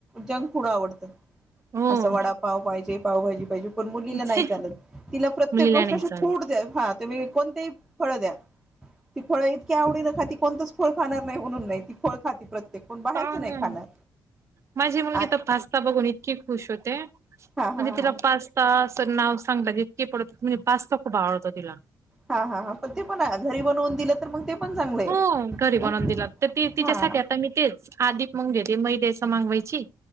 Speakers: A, in the centre; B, on the right (about 40°).
A: जंक फूड आवडतं,
B: हो
A: असं वडापाव पाहिजे, पावभाजी पाहिजे. पणं मुलीला नाही
B: छे
A: चालत, तिला प्रत्येक
B: मुलीला
A: गोष्ट
B: नाही
A: अशी,
B: चालत
A: फ्रूट द्या तुम्ही कोणतीही फळं द्या. ती फळं इतक्या आवडीन खाती की कोणतच फळ खाणार नाही म्हणून नाही, ती फळ खाते प्रत्येक पण बाहेरचं
B: हा
A: नाही
B: ना,
A: खाणार
B: माझी मुलगी
A: आणि
B: तर पास्ता बघून इतकी खुश होते म्हणजे
A: हा हा
B: तिला
A: हा
B: पास्ता अस नाव सांगता, इतकी पडते म्हणजे पास्ता खूप आवडतो तिला.
A: हा हा हा, पण ते पण घरी बनवून दिलं तर, मग ते पण चांगलं आहे
B: हो घरी बनवून दिला तर तिच्यासाठी
A: हा. हा
B: ते आता मी तेच, आदी म मी मैद्याच असं मागवायची,